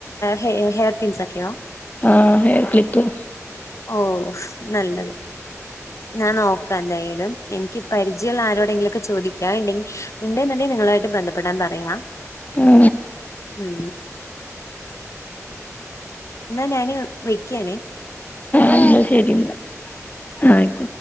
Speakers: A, on the left; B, on the left.
A: ഹെ ഹെയർ പിൻസ് ഒക്കെയോ
B: ആ ഹെയർക്ലിപ്പ്‌
A: ഓ നല്ലത് ഞാൻ നോക്കാന്തായാലും എനിക്ക് പരിചയുള്ള ആരോടെങ്കിലൊക്കെ ചോദിക്കാ ഉണ്ടെങ്കിൽ ഉണ്ടേ എന്നുണ്ടെ നിങ്ങളായിട്ട് ബന്ധപ്പെടാൻ പറയാം
B: ഉം
A: ഉം എന്നാ ഞാന് വെക്കാണേ
B: ഉം ശരി എന്ന